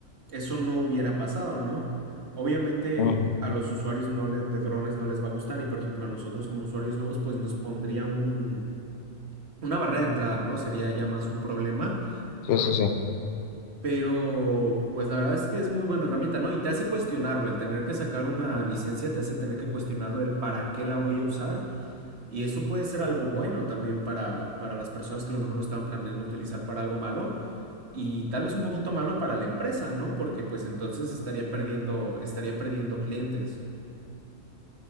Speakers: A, on the right; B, on the left.
A: eso no hubiera pasado, ¿no? Obviamente
B: Ujú.
A: a los usuarios no le- de drones no les va a gustar y, por ejemplo, a nosotros como usuarios nuevos, pues nos pondría un, una barrera de entrada, ¿no? Sería ya más un problema.
B: Sí, sí, sí.
A: Pero, pues la verdad es que es muy buena herramienta, ¿no? Y te hace cuestionarlo, el tener que sacar una licencia te hace tener que cuestionarlo el para qué la voy a usar. Y eso puede ser algo bueno también para, para las personas que a lo mejor lo estaban planeando utilizar para algo malo y tal vez un poquito malo para la empresa, ¿no? Porque pues entonces estaría perdiendo, estaría perdiendo clientes.